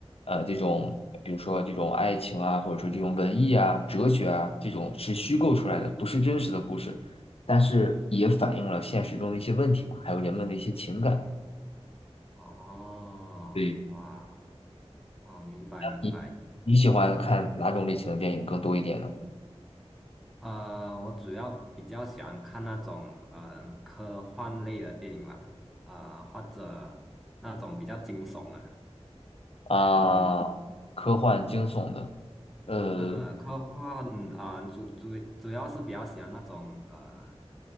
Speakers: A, on the left (about 60°); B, in the centre.
A: 呃这种，比如说这种爱情啊，或者说这种文艺啊、哲学啊，这种是虚构出来的，不是真实的故事，但是也反映了现实中的一些问题嘛，还有人们的一些情感。
B: 哦哇
A: 对，
B: 哦，明白明白。
A: 你你喜欢看哪种类型的电影更多一点呢？
B: 啊、我主要比较喜欢看那种嗯、呃科幻类的电影吧，啊、或者那种比较惊悚的，
A: 啊，
B: 嗯。
A: 科幻惊悚的，呃，
B: 嗯，科幻啊、呃主主主要是比较喜欢那种呃，